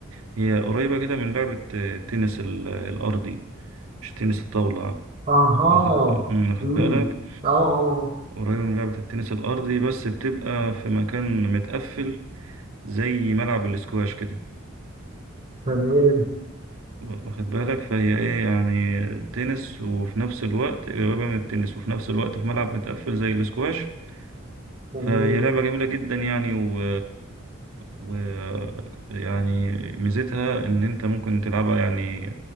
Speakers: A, on the right (about 85°); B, on the right (about 30°).
A: هي قريبه كده من لعبه آه، التنس ال- الارضي مش تنس الطاوله
B: أها
A: واخد واخد
B: مم.
A: بالك
B: أه أه آه.
A: قريبة من لعبة التنس الأرضي بس بتبقى في مكان متقفل زي ملعب الاسكواش كده
B: تمام
A: واخد بالك فهي ايه يعني تنس وفي نفس الوقت قريبة من التنس وفي نفس الوقت في ملعب متقفل زي الاسكواش
B: تمام
A: فهي لعبة جميلة جدا يعني و... و يعني ميزتها ان انت ممكن تلعبها يعني